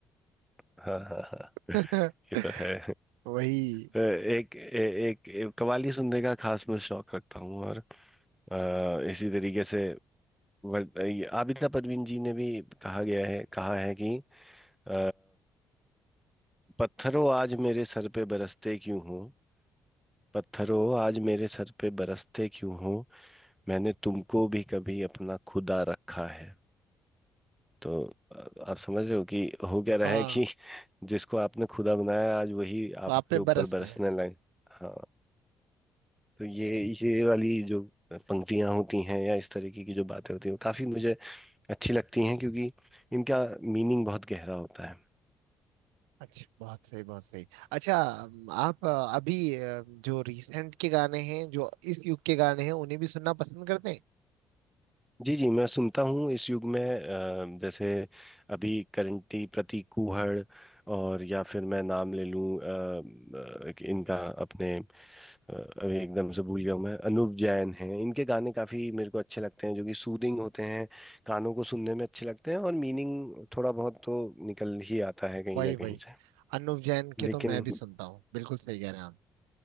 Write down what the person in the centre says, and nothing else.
<laughs> हाँ हाँ हाँ
ये तो है
तो एक ए, एक, एक कव्वाली सुनने का खास मैं शौक रखता हूँ और अ, इसी तरीके से वर- ये आबिदा परवीन जी ने भी कहा गया है कहा है कि अ, पत्थरों आज मेरे सर पे बरसते क्यों हो पत्थरों आज मेरे सर पे बरसते क्यों हो मैंने तुमको भी कभी अपना खुदा रखा है तो अ, आप समझ रहे हो कि हो क्या रहा
है कि जिसको आपने खुदा बनाया आज वही आपके
ऊपर
बरसने
लगे हाँ तो ये ये वाली जो पंक्तियां होती हैं या इस तरीके की जो बातें होती हैं वो काफी मुझे अच्छी लगती हैं क्योंकि इनका मीनिंग बहुत गहरा होता है
जी जी मैं सुनता हूँ इस युग में अ, जैसे अभी करंटी प्रतीक कुहड़ और या फिर मैं नाम ले लूँ अ, अ, इनका अपने अ, अभी एकदम से भूल गया हूं मैं अनूप जैन हैं इनके गाने काफ़ी मेरे को अच्छे लगते हैं जो कि सूदिंग होते हैं कानों को सुनने में अच्छे लगते हैं और मीनिंग थोड़ा बहुत तो निकल ही आता है कहीं
ना कहीं
से
लेकिन